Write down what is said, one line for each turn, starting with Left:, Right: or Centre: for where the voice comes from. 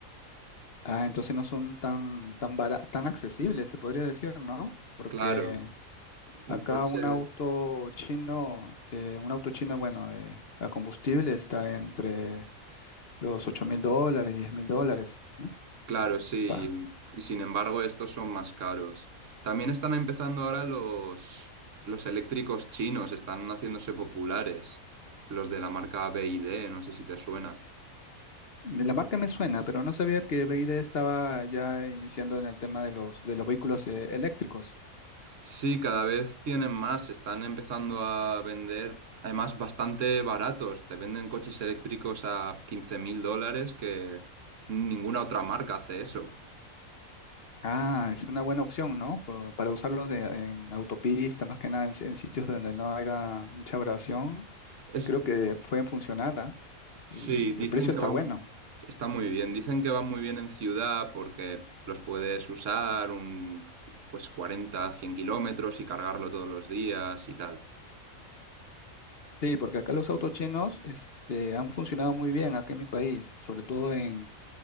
Left: Ah, entonces no son tan, tan bara- tan accesibles, se podría decir, ¿no? Porque
Right: Claro,
Left: acá
Right: un coche,
Left: un auto chino, eh, un auto chino, bueno, de, a combustible está entre los ocho mil dólares, diez mil dólares, ¿no?
Right: claro,
Left: Mm,
Right: sí.
Left: pa.
Right: Y sin embargo, estos son más caros. También están empezando ahora los, los eléctricos chinos, están haciéndose populares. Los de la marca BYD, no sé si te suena.
Left: La marca me suena, pero no sabía que BYD estaba ya iniciando en el tema de los, de los vehículos, eh, eléctricos.
Right: Sí, cada vez tienen más, están empezando a vender, además bastante baratos. Te venden coches eléctricos a quince mil dólares que ninguna otra marca hace eso.
Left: Ah, es una buena opción, ¿no? Por- para usarlos de- en autopistas, más que nada en, en sitios donde no haya mucha abrasión
Right: Es,
Left: creo que pueden funcionar, ¿ah?
Right: sí,
Left: Y
Right: dicen
Left: el precio está
Right: que van,
Left: bueno.
Right: está muy bien, dicen que van muy bien en ciudad porque los puedes usar un, pues 40, 100 kilómetros y cargarlo todos los días y tal.
Left: Sí, porque acá los autos chinos este, han funcionado muy bien acá en mi país, sobre todo en,